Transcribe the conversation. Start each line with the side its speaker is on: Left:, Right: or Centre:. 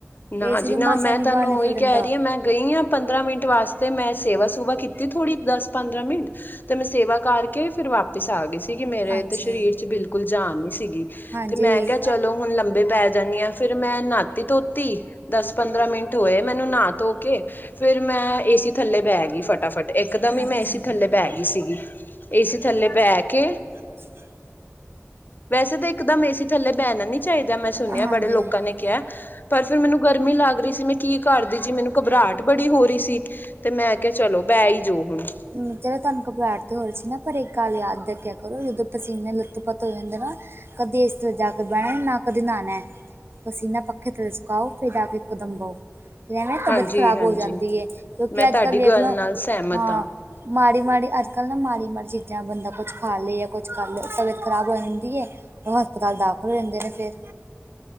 Left: ਨਾ
Right: ਏਸੀ
Left: ਜੀ
Right: ਚੋਂ
Left: ਨਾ
Right: ਮਾਸਾ
Left: ਮੈਂ
Right: ਨੀ ਬਾਹਰ
Left: ਤੁਹਾਨੂੰ
Right: ਨਿਕਲ
Left: ਉਹੀ
Right: ਜਾਂਦਾ
Left: ਕਹਿ ਰਹੀ ਹਾਂ ਮੈਂ ਗਈ ਹਾਂ। ਪੰਦਰਾਂ ਮਿੰਟ ਵਾਸਤੇ ਮੈਂ ਸੇਵਾ- ਸੂਵਾ ਕੀਤੀ ਥੋੜ੍ਹੀ ਦਸ ਪੰਦਰਾਂ ਮਿੰਟ। ਤੇ ਮੈਂ ਸੇਵਾ ਕਰਕੇ ਫਿਰ ਵਾਪਿਸ ਆ ਗਈ ਸੀਗੀ ਮੇਰੇ
Right: ਅੱਛਾ
Left: ਤੇ ਸਰੀਰ 'ਚ' ਬਿਲਕੁਲ ਜਾਨ ਨੀ ਸੀਗੀ।
Right: ਹਾਂਜੀ।
Left: ਤੇ ਮੈਂ ਕਿਹਾ ਚਲੋ ਹੁਣ ਲੰਬੇ ਪੈ ਜਾਂਦੀ ਹਾਂ ਫਿਰ ਮੈਂ ਨਾਤੀ -ਧੋਤੀ ਧੋਤੀ ਦਸ ਪੰਦਰਾਂ ਮਿੰਟ ਹੋਏ ਮੈਨੂੰ ਨਾ ਧੋ ਕੇ ਫਿਰ ਮੈਂ ਏਸੀ ਥੱਲੇ ਬਹਿ ਗਈ ਫਟਾ-ਫਟ। ਇਕਦਮ ਹੀ
Right: ਅੱਛਾ
Left: ਮੈਂ ਏਸੀ ਥੱਲੇ ਬਹਿ ਗਈ ਸੀਗੀ ਏਸੀ ਥੱਲੇ ਬਹਿ ਕੇ।
Right: ਅੱਛਾ।
Left: ਵੈਸੇ ਤਾਂ ਇੱਕਦਮ ਏਸੀ ਥੱਲੇ ਬਹਿਣਾ ਨੀ ਚਾਹੀਦਾ ਮੈਂ ਸੁਣਿਆ
Right: ਹਾਂਜੀ
Left: ਬੜੇ ਲੋਕਾਂ
Right: ਹਾਂਜੀ
Left: ਨੇ ਕਿਹਾ। ਪਰ ਫਿਰ ਮੈਨੂੰ ਗਰਮੀ ਲੱਗ ਰਹੀ ਸੀ ਮੈਂ ਕੀ? ਘਰਦੀ ਜੀ ਮੈਨੂੰ ਘਬਰਾਹਟ ਬੜੀ ਹੋ ਰਹੀ ਸੀ ਤੇ ਮੈਂ ਕਿਹਾ ਚਲੋ ਬਹਿ ਹੀ ਜੋ ਹੁਣ।
Right: ਚਲੋ ਤੁਹਾਨੂੰ ਘਬਰਾਹਟ ਤਾਂ ਹੋ ਰਹੀ ਸੀ ਨਾ ਪਰ ਇੱਕ ਗੱਲ ਯਾਦ ਰੱਖਿਆ ਕਰੋ ਜਦੋਂ ਪਸੀਨੇ ਨਾਲ ਲੱਤ-ਪੱਤ ਹੋਏ ਹੁੰਦੇ ਨਾ। ਕਦੇ ਇਸ ਤੇ ਜਾ ਕੇ ਬਹਿਣ ਨਾ ਕਦੇ ਨਾਹਣਾ। ਪਸੀਨਾ ਪੱਖੇ ਥੱਲੇ ਸੁਕਾਓ ਫਿਰ ਜਾ ਕੇ ਇਕੋ ਦਮ ਬਹੋ ਫਿਰ ਐਵੇਂ ਤਬੀਅਤ
Left: ਹਾਂਜੀ
Right: ਖ਼ਰਾਬ
Left: ਹਾਂਜੀ
Right: ਹੋ ਜਾਂਦੀ ਹੈ। ਕਿਉਂਕਿ
Left: ਮੈਂ
Right: ਅੱਜ
Left: ਤੁਹਾਡੀ
Right: ਕੱਲ੍ਹ ਦੇੇਖ
Left: ਗੱਲ
Right: ਲਓ,
Left: ਨਾਲ ਸਹਿਮਤ
Right: ਹਾਂ। ਮਾੜੀ- ਮਾੜੀ ਅੱਜ, ਕੱਲ੍ਹ ਨਾ ਮਾੜੀ- ਮਾੜੀ ਚੀਜ਼ਾਂ ਬੰਦਾ ਕੁਛ ਖਾ ਲੇ ਜਾਂ ਕੁਛ ਕਰ ਲੈ ਤਬੀਅਤ ਖਰਾਬ ਹੋ ਜਾਂਦੀ ਆ। ਉਹ ਹਸਪਤਾਲ ਦਾਖ਼ਲ ਹੋ ਜਾਂਦੇ ਨੇ ਫਿਰ